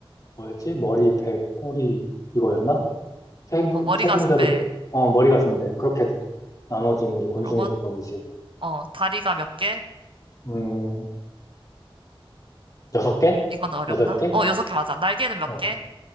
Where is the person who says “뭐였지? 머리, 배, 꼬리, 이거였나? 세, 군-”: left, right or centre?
Left